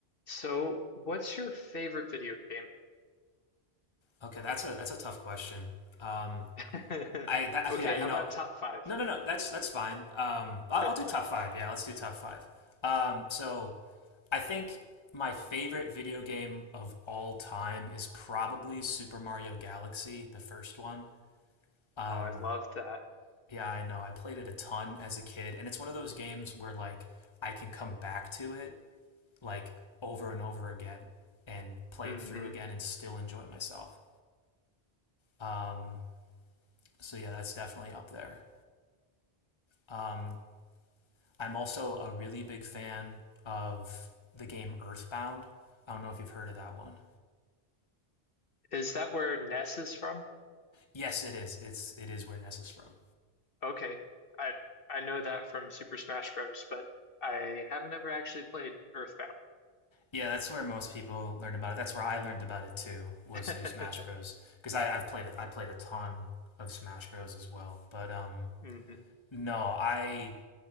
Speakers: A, on the left (about 60°); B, on the left (about 25°).
A: So, what's your favorite video game?
B: Okay, that's a that's a tough question. Um,
A: <laughs>
B: I that,
A: Okay,
B: <laughs> yeah, you
A: how
B: know,
A: about top five?
B: no, no, no, that's that's fine. Um, I'll,
A: <laughs>
B: I'll do top five. Yeah, let's do top five. Um, so I think my favorite video game of all time is probably Super Mario Galaxy, the first one. Um,
A: Oh, I love that.
B: yeah, I know. I played it a ton as a kid, and it's one of those games where like I can come back to it like over and over again and play
A: hmm
B: it through again and still enjoy myself. Um, so yeah, that's definitely up there. Um, I'm also a really big fan of the game Earthbound. I don't know if you've heard of that one.
A: Is that where Ness is from?
B: Yes, it is. It's it is where Ness is from.
A: Okay, I I know that from Super Smash Bros., but I haven't ever actually played Earthbound.
B: Yeah, that's where most people learned about it. That's where I learned about it too, was
A: <laughs>
B: through Smash Bros. Because I I've played it. I played a ton of Smash Bros. as well. But um,
A: hmm
B: no, I